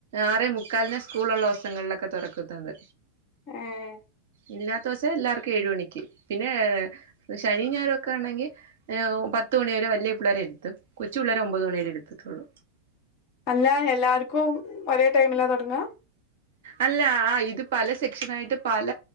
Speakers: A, on the right; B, on the left.
A: ആറേ മുക്കാലിനാ സ്കൂളൊള്ള ദിവസങ്ങളിലൊക്കെ തൊറക്കുന്നത്
B: ഏഹ്
A: ഇല്ലാത്തോസം എല്ലാർക്കും ഏഴ് മണിക്ക് പിന്നേ ശനിയും, ഞായറൊക്കെ ഇണ്ടെങ്കി ഏഹ് ഓഹ് പത് പത്ത് മണി വരെ വല്ല്യ പിള്ളേരെ ഇരുത്തും കൊച്ചു പിള്ളേരെ ഒമ്പത് മണിവരെ ഇര്ത്തത്തൊള്ളു
B: അല്ലാ എല്ലാര്ക്കും ഒരേ ടൈമിലാ തൊടങ്ങാ?
A: അല്ലാ ആഹ് ഇത് പല സെക്ഷനായിട്ട് പല